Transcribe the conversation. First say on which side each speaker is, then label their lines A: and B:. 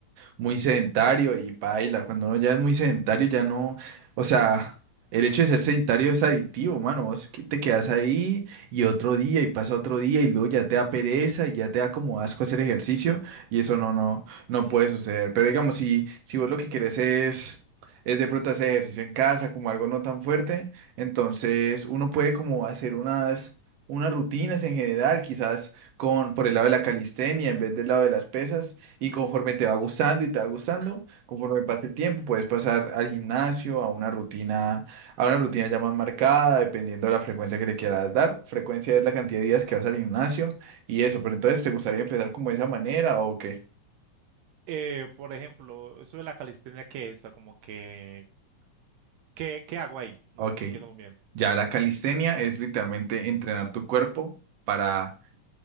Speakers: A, on the right; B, on the right.
A: muy sedentario y paila. Cuando uno ya es muy sedentario, ya no, o sea, el hecho de ser sedentario es adictivo, mano. Vos que- te quedas ahí y otro día y pasa otro día y luego ya te da pereza y ya te da como asco hacer ejercicio y eso no, no, no puede suceder. Pero digamos, si, si vos lo que querés es, es de pronto hacer ejercicio en casa, como algo no tan fuerte, entonces uno puede como hacer unas, unas rutinas en general, quizás con, por el lado de la calistenia en vez del lado de las pesas y conforme te va gustando y te va gustando, conforme pase el tiempo, puedes pasar al gimnasio, a una rutina, a una rutina ya más marcada, dependiendo de la frecuencia que le quieras dar. Frecuencia es la cantidad de días que vas al gimnasio y eso, pero entonces, ¿te gustaría empezar como de esa manera o qué?
B: Eh, por ejemplo, eso de la calistenia, ¿qué es? O sea, como que, ¿qué, qué hago ahí? No,
A: Ok.
B: no entiendo muy bien.
A: Ya la calistenia es literalmente entrenar tu cuerpo para